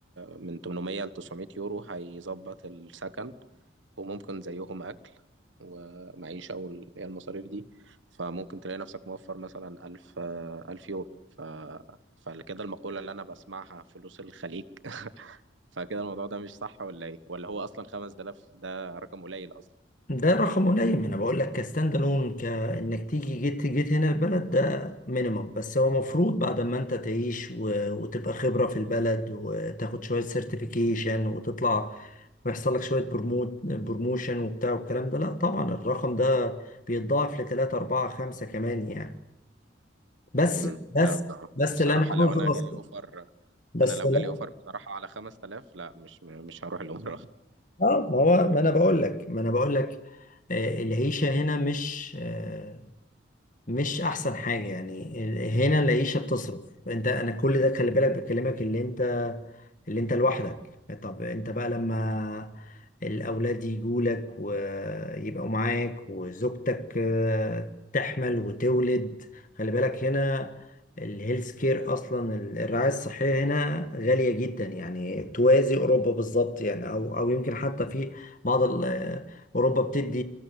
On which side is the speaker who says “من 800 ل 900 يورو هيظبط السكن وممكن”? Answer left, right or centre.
Right